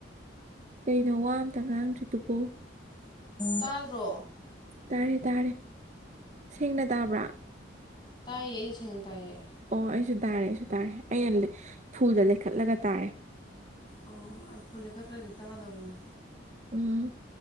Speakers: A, on the right; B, on the left.
A: ꯀꯩꯅꯣ ꯋꯥ ꯑꯝꯇ ꯉꯥꯡꯗ꯭ꯔꯤꯗꯨꯕꫭ
B: ꯇꯥꯗ꯭ꯔꯣ
A: ꯇꯥꯔꯦ ꯇꯥꯔꯦ ꯁꯦꯡꯅ ꯇꯥꯕ꯭ꯔꯥ
B: ꯇꯥꯏꯌꯦ ꯆꯅ ꯇꯥꯏꯌꯦꯑꯦ
A: ꯑꯣ ꯑꯩꯁꯨ ꯇꯥꯔꯦ ꯑꯩꯁꯨ ꯇꯥꯔꯦ ꯑꯩꯅ ꯐꯨꯜꯗ ꯂꯩꯈꯠꯂꯒ ꯇꯥꯔꯦ
B: ꯑꯣ ꯐꯨꯗꯤ ꯈꯠꯇ꯭ꯔꯗꯤ ꯇꯛꯀꯗꯕꯅꯦ
A: ꯎꯝ